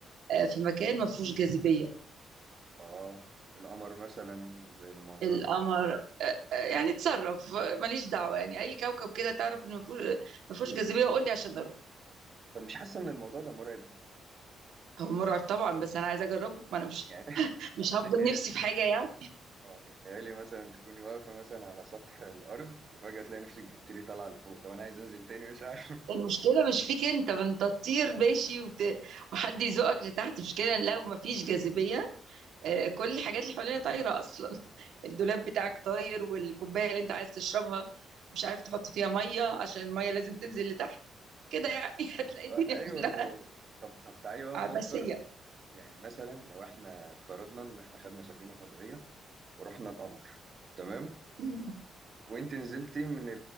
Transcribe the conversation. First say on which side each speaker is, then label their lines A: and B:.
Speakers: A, on the right (about 70°); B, on the right (about 35°).
A: آه، في مكان ما فيهوش جاذبيه
B: اه القمر مثلا زي الموضوع
A: القمر
B: اللي
A: آه، آه، يعني اتصرف آه، ماليش دعوه يعني اي كوكب كده تعرف ان ما فيهوش ما فيهوش جاذبيه قول لي عشان اروح
B: طب مش حاسة ان الموضوع ده مرعب
A: هو مرعب طبعا بس انا عايزه اجربه ما انا مش
B: يعني
A: مش هفضل
B: <laughs>
A: نفسي في حاجه يعني
B: اه تخيلي مثلا تكوني واقفة مثلا على سطح الأرض وفجأة تلاقي نفسك بتطيري طالعة لفوق طب أنا عايز أنزل تاني مش عارف <laughs>
A: المشكله مش فيك انت ما انت تطير ماشي وت... وحد يزقك لتحت مشكله لو ما فيش جاذبيه آه، كل الحاجات اللي حوالينا طايره اصلا الدولاب
B: اه،
A: بتاعك طاير والكوبايه اللي انت عايز تشربها مش عارف تحط فيها ميه عشان الميه لازم تنزل لتحت كده
B: دي
A: يعني <laughs> هتلاقي الدنيا
B: آه، ايوه
A: كلها
B: الموضوع طب طب تعالي بقى
A: عبثيه
B: نفكر يعني مثلا لو احنا افترضنا ان احنا خدنا سفينه فضائيه ورحنا القمر تمام
A: مم.
B: وانت نزلتي من